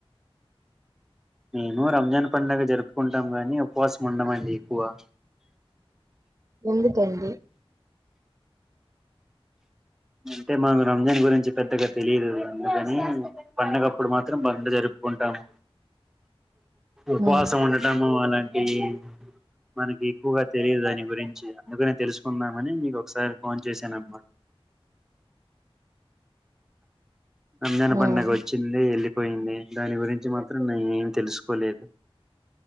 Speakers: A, in the centre; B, on the right.
A: నేను రంజాన్ పండగ జరుప్కుంటాం గానీ ఉపవాసముండమండి ఎక్కువ.
B: ఎందుకండి
A: అంటే మాకు రంజాన్ గురించి పెద్దగ తెలీదు అందుకనీ పండగప్పుడు మాత్రం పండ జరుప్ ఉంటాము ఉపవాసముండటమూ
B: ఉమ్
A: అలాంటివీ మనకి ఎక్కువగా తెలీదు దాని గురించి అందుకనే తెలుస్కుందామని మీకొక్సారి ఫోన్ చేసానమ్మ. రంజాన్ పండగ
B: ఉమ్
A: వచ్చింది యెళ్ళి పొయ్ంది దాని గురించి మాత్రం నేనేం తెలుస్కోలేదు.